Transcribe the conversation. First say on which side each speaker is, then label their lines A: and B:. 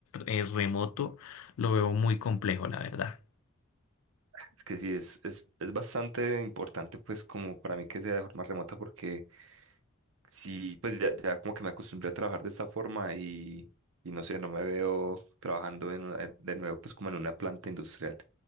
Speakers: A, on the left; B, on the right.
A: eh, remoto lo veo muy complejo, la verdad.
B: es que sí, es, es, es bastante importante pues como para mí que sea de forma remota porque... sí, pues ya, ya como que me acostumbré a trabajar de esta forma y, y no sé, no me veo trabajando en una- de nuevo pues como en una planta industrial.